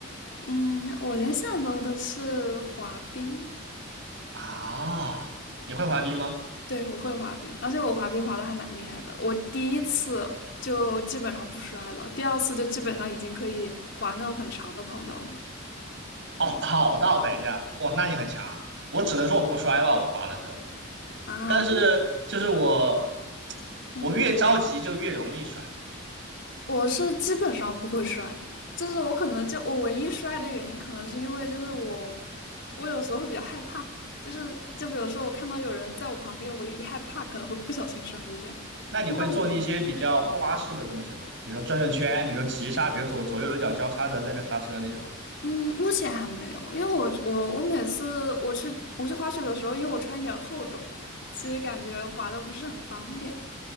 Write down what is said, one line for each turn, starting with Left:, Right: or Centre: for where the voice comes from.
Left: 嗯，我联想到的是滑冰，
Right: 啊，你会滑冰吗？
Left: 对，我会滑冰，而且我滑冰滑的还蛮厉害的。我第一次就基本上不摔了，第二次就基本上已经可以滑那种很长的跑道了。
Right: 哦，跑道，等一下，哇，那你很强。我只能说我不摔吧，我滑的时候。
Left: 啊，
Right: 但是就是我，
Left: 嗯。
Right: 我越着急就越容易摔。
Left: 我是基本上不会摔，就是我可能就我唯一摔的原因，可能是因为就是我，我有时候会比较害怕，就是就比如说我看到有人在我旁边，我一害怕可能会不小心摔一下。
Right: 那你会做一些比较花式的东西吗？
Left: 那我
Right: 比如说转转圈，比如急刹，比如左左右脚交叉的在那刹车那种。
Left: 嗯，目前还没有，因为我我我每次我去我去滑雪的时候，因为我穿一点厚重，所以感觉滑的不是很方便。